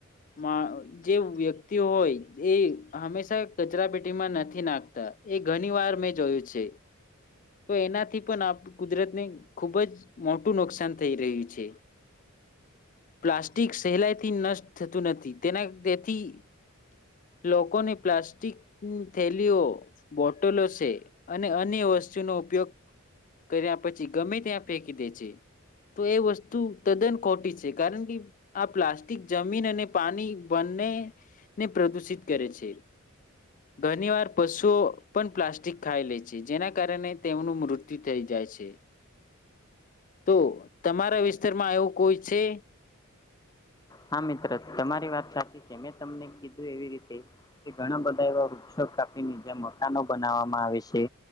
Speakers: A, on the left; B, on the left.
A: મા જે વ્યક્તિઓ હોય એ હંમેશા કચરાપેટીમાં નથી નાખતા એ ઘની વાર મેં જોયું છે તો એનાથી પણ આપ કુદરતને ખુબ જ મોટું નુકસાન થઈ રહ્યું છે પ્લાસ્ટિક સહેલાઈથી નષ્ટ થતું નથી તેના તેેથી લોકોને પ્લાસ્ટિક થેલીઓ, બોટલો છે અને અન્ય વસ્તુનો ઉપયોગ કર્યા પછી ગમે ત્યાં ફેંકી દે છે તો એ વસ્તુ તદ્દન ખોટી છે કારણ કે આ પ્લાસ્ટિક જમીન અને પાણી બંનેને પ્રદુષિત કરે છે ઘણી વાર પશુઓ પણ પ્લાસ્ટિક ખાઈ લે છે જેના કારણે તેમનું મૃત્યુ થઈ જાય છે તો તમારા વિસ્તારમાં એવું કોઈ છે
B: હા મિત્ર તમારી વાત સાચી છે મેં તમને કીધું એવી રીતે કે ઘણા બધા એવા વૃક્ષો કાપીને જ્યાં મકાનો બનાવવામાં આવે છે